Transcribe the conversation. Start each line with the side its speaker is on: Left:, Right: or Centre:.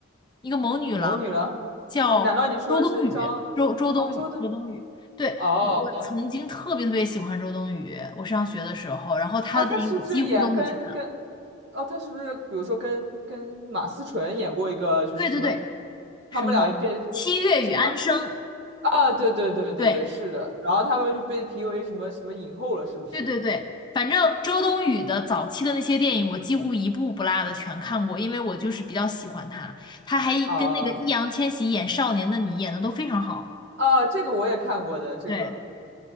Left: 一个谋女郎
Right: 某女郎？
Left: 叫周冬雨，
Right: 难道你说的是张？
Left: 周周冬雨，
Right: 哦，周冬？
Left: 周冬雨。对，
Right: 哦，
Left: 我我曾经特别特别喜欢周冬雨，我上学的时候，然后她的电影我几乎都会去看。
Right: 啊，她是不是也跟跟？哦，她是不是比如说跟跟马思纯演过一个，就是什么？
Left: 对对对，什么
Right: 他们俩变变金马。
Left: 《七月与安生》，
Right: 啊，对对对对对，
Left: 对，
Right: 是的。然后他们就被评为什么什么影后了，是不是？
Left: 对对对，
Right: 就是
Left: 反正周冬雨的早期的那些电影，我几乎一部不落的全看过，因为我就是比较喜欢她。她还跟那个易烊千玺演《少年的你》演的都非常好。
Right: 啊啊，这个我也看过的，这个
Left: 对